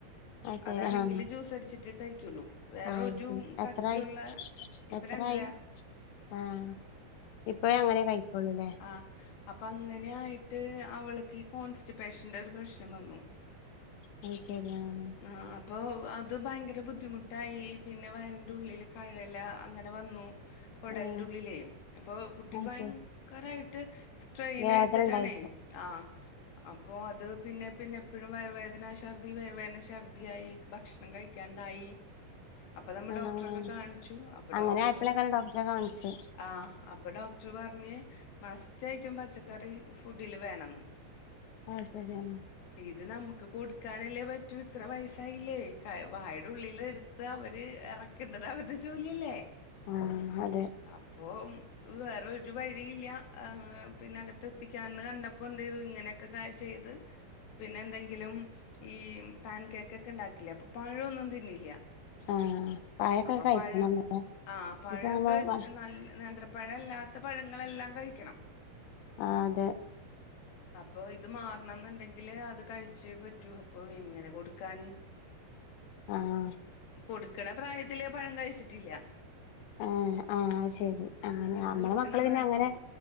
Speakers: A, on the left (about 80°); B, on the left (about 65°).
A: അതെ
B: അതാണെങ്കില്
A: ആ
B: ജ്യൂസ് അടിച്ച് കഴിക്കുള്ളൂ വേറൊരു
A: ആ ശരി
B: കട്ടിഉള്ളെ
A: എത്രായി
B: ഇപ്പ
A: എത്രായി
B: രണ്ടര
A: ആഹ് ഇപ്പേ അങ്ങനെ കഴിക്കുള്ളൂല്ലേ
B: ആഹ് അപ്പൊ അങ്ങനെ ആയിട്ട് അവൾക്കി കോൺസ്റ്റിപേഷന്റെ ഒരു പ്രശ്നം വന്നു
A: അയ് ശരി ആഹ്
B: ആഹ് അപ്പൊ അത് ഭയങ്കര ബുദ്ധിമുട്ടായി പിന്നെ വയറിന്റെ ഉള്ളില് കഴല അങ്ങനെ വന്നു കൊടൽന്റെ
A: ആഹ്
B: ഉള്ളിലേ അപ്പൊ കുട്ടി
A: അത്
B: ഭയങ്കരായിട്ട്
A: ശരി
B: സ്‌ ട്രെയിനെടുത്തിട്ടാണേ
A: വേദന ഉണ്ടായിരിക്കും
B: ആഹ് അപ്പൊ അത് പിന്നെ പിന്നെ എപ്പഴും വയറുവേദനാ ശർദ്ധി, വയറു വേദന, ശർദ്ധിയായി ഭക്ഷണം കഴി ക്കാണ്ടായി അപ്പ നമ്മ
A: ആഹ്
B: ഡോക്ടറോക്കെ കാണിച്ചു അപ്പൊ
A: അങ്ങനെ
B: ഡോക്ടർ
A: ആയപ്പോളേക്കാരം ഡോക്ടറെ കാണിച്ചെ
B: ആഹ് അപ്പൊ ഡോക്ടർ പറഞ്ഞ് മസ്റ്റ്ട്ടും പച്ചക്കറി ഫുഡില് വേണംന്ന്
A: ആഹ് ശരി എന്ന
B: ഇത് നമുക്ക് കൊടുക്കാനല്ലേ പറ്റൂ ഇത്ര വയസായില്ലേ കാ വായുടെ ഉള്ളില് എടുത്ത് അവര് എറക്കേണ്ടത് അവരുടെ ജോലിയല്ലേ
A: ആഹ് അതെ
B: അപ്പോ ഉം വേറെ ഒരു വഴിയില്ല ഏഹ് പിന്നെ അകത്തെത്തിക്കാന്ന് കണ്ടപ്പോ എന്ത് ചെയ്തു ഇങ്ങനെ ഒക്കെ ക ചെയ്ത് പിന്നെ എന്തെങ്കിലും ഈ പാൻ കേക്ക് ഒക്കെ ഉണ്ടാക്കില്ലേ അപ്പൊ പഴഒന്നും തിന്നില്ല
A: ആഹ് പഴൊക്കെ
B: അപ്പൊ
A: കഴിക്കണല്ലേ
B: പഴ ആഹ് പഴൊക്കെ
A: ഇപ്പ നമ്മള് പ
B: നല്ല നേത്ര പഴല്ലാത്ത പഴങ്ങളെല്ലാം കഴിക്കണം
A: ആഹ് അതെ
B: അപ്പൊ ഇത് മാറണം എന്നുണ്ടെങ്കില് അത് കഴിച്ചേ പറ്റൂ അപ്പൊ എങ്ങനെ കൊടുക്കാന്
A: ആഹ് ആഹ്
B: കൊടുക്കണ പ്രായത്തില് പഴം കഴിച്ചിട്ടില്ല
A: ആഹ് ആഹ് ശെരി അങ്ങനെ
B: കുറുക്ക്
A: നമ്മളെ
B: കൊടുക്കണ
A: മക്കള്
B: പ്രായത്തിലേ
A: പിന്നെ അങ്ങനെ